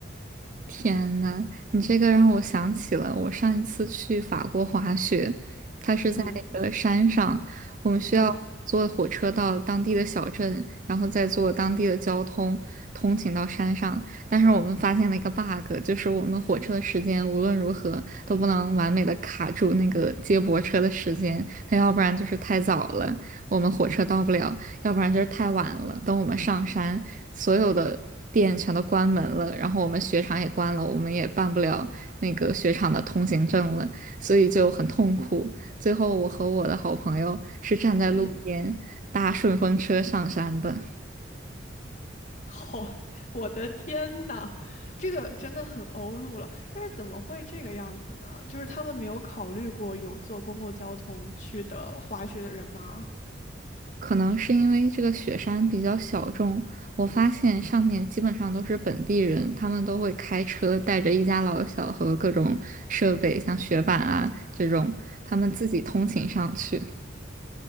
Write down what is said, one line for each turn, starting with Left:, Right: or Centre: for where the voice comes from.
Right: 天呐，你这个让我想起了我上一次去法国滑雪，它是在一个山上，
Left: 嗯哼，
Right: 我们需要坐火车到当地的小镇，
Left: 嗯
Right: 然后再坐当地的交通通勤到山上。但是我们发现了一个 bug，就是我们火车的时间无论如何都不能完美的卡住那个接驳车的时间，它要不然就是太早了，我们火车到不了；要不然就是太晚了。等我们上山，所有的店全都关门了，然后我们雪场也关了，我们也办不了那个雪场的通行证了，所以就很痛苦。最后，我和我的好朋友是站在路边搭顺风车上山的。
Left: 嗯，好，<laughs> 我的天呐，这个真的很欧陆了。但是怎么会这个样子呢？就是他们没有考虑过有坐公共交通去的滑雪的人吗？
Right: 可能是因为这个雪山比较小众，我发现上面基本上都是本地人，他们都会开车带着一家老小和各种设备，像雪板啊这种，他们自己通勤上去。